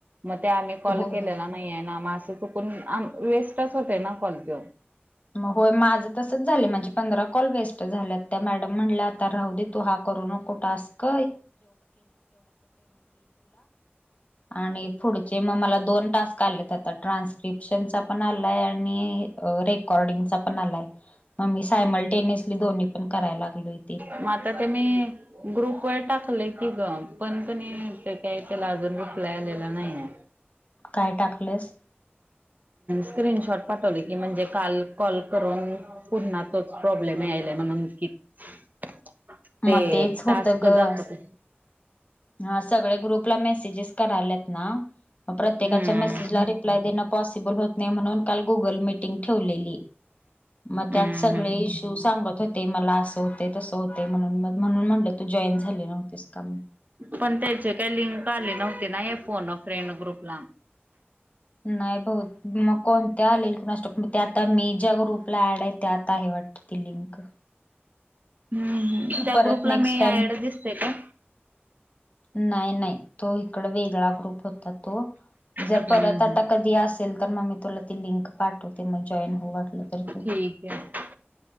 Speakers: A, on the right (about 45°); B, on the left (about 35°).
A: मग ते आम्ही कॉल
B: होय
A: केलेला नाही आहे ना मासं चुकून वेस्टच होते ना कॉल तो
B: मग होय माझं तसच झालं माणझे पंधरा कॉल वेस्ट झालं त्या मॅडम म्हटलं आता राहू दे तू हा. करू नकोस टास्क आणि पुढचे मग मला दोन टास्क आलेत आता, ट्रान्स्क्रिप्शनचा पण आलाय आणि रेकॉर्डिंग पण आलाय मग मी सायमल टेनस दोन्ही पण करायला लागलो
A: मग आता ते मी ग्रुप व टाकलंय. तरी ग पण पण काही त्याला अजून रुखला आलेला नाही आहे.
B: काय टाकलंस
A: स्क्रीन शर्टपाटल क म्हणजे काल कॉल करून पुन्हा तोच प्रॉब्लेम यायलाय म्हण नकी, ते
B: मग तेच होतं
A: टास्क
B: ग
A: दाखते.
B: हा सगळे ग्रुपला मे जीजस करायलात ना! मग प्रत्येकाच्या
A: हम्म
B: मेसेजला रिप्लाय देन पॉसिबल होत नाही, म्हणून काल गुगल मिटिंग ठेवलेली, मग त्यात
A: हम्म
B: सगळे
A: हम्म.
B: इश्यू तू सांगत होते मला असं होते, तसं होते, म्हणून मग म्हणून म्हणलं तू जॉईन झाले नव्हतेस का?
A: पण त्याचे काही लिंक आले नव्हती ना या फोन अ फ्रेंड ग्रुपला?
B: नाही बहुतेक मग कोणती आलेली कुनासठाउक, मग ते आता मी ज्या ग्रुपला ऍड आहे त्यात आहे वाटत. ती लिंक.
A: हम्म त्या
B: परत
A: ग्रुपला
B: नेक्स्ट
A: मी
B: टाइम
A: ॲड दिसतेय का?
B: नाही नाही, तो इकड वेगळा ग्रुप होता तो, जर
A: हम्म
B: परत आता
A: हम्म
B: कधी असेल तर मग मी तुला ती लिंक पाठवते म्हणजे, जॉईन हो वाटलं तर तुला,
A: ठीक आहे